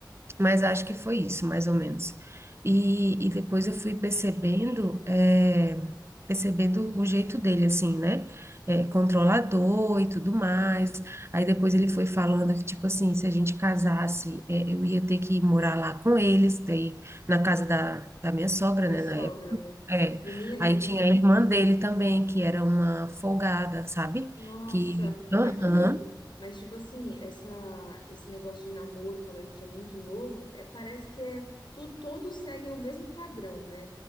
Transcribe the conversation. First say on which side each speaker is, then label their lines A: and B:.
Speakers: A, on the right (about 35°); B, on the left (about 80°).
A: Mas acho que foi isso, mais ou menos. E, e depois eu fui percebendo, eh, percebendo o jeito dele, assim, né? Eh, controlador e tudo mais. Aí depois ele foi falando que, tipo assim, se a gente casasse, eh, eu ia ter que ir morar lá com eles, daí, na casa da, da minha sogra,
B: Da
A: né,
B: sogra,
A: na época.
B: né?
A: É.
B: Menina,
A: Aí tinha
B: e
A: a irmã dele também, que era uma folgada, sabe?
B: Nossa,
A: Que. Aham,
B: aqui, mas tipo assim, essa, esse negócio de namoro quando a gente é muito novo, é, parece que é tu, todos seguem o mesmo padrão, né?